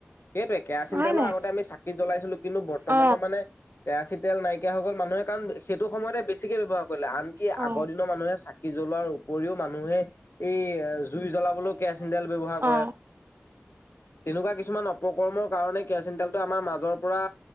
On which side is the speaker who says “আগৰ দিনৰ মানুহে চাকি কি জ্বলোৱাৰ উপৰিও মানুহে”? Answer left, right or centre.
Left